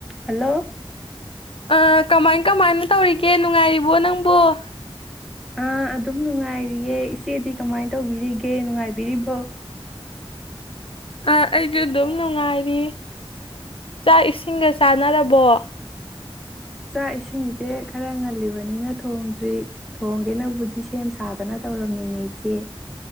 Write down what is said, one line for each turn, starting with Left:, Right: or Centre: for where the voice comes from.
Centre: hello
Left: ꯑ ꯀꯃꯥꯏ ꯀꯃꯥꯏꯅ ꯇꯧꯔꯤꯒꯦ ꯅꯨꯡꯉꯥꯏꯔꯤꯕꯣ ꯅꯪꯕꯨꯣ
Centre: ꯑꯥ ꯑꯗꯨꯝ ꯅꯨꯡꯉꯥꯏꯔꯤꯌꯦ ꯏꯆꯦꯗꯤ ꯀꯃꯥꯏꯅ ꯇꯧꯕꯤꯔꯤꯒꯦ ꯅꯨꯡꯉꯥꯏꯕꯤꯔꯤꯕꯣ
Left: ꯑꯩꯁꯨ ꯑꯗꯨꯝ ꯅꯨꯡꯉꯥꯏꯔꯤ ꯆꯥꯛ ꯏꯁꯤꯡꯒ ꯆꯥꯟꯅꯔꯕꯣ
Centre: ꯆꯥꯛ ꯏꯁꯤꯡꯁꯦ ꯈꯔ ꯉꯜꯂꯤꯕꯅꯤꯅ ꯊꯣꯡꯗ꯭ꯔꯤ ꯊꯣꯡꯒꯦꯅꯕꯨꯗꯤ ꯁꯦꯝ ꯁꯥꯗꯅ ꯇꯧꯔꯝꯃꯤꯅꯦ ꯏꯆꯦ